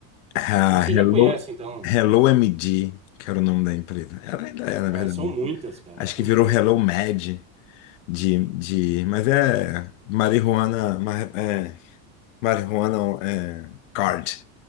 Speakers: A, on the left; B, on the right.
A: Ah,
B: Então você
A: Hello,
B: já conhece, então.
A: Hello MD, que era o nome da empresa. Ela ainda é, na verdade.
B: É, são muitas, cara,
A: Acho
B: são
A: que virou
B: muitas.
A: Hello Med. De, de, mas é marihuana, ma- é, marihuana é, card.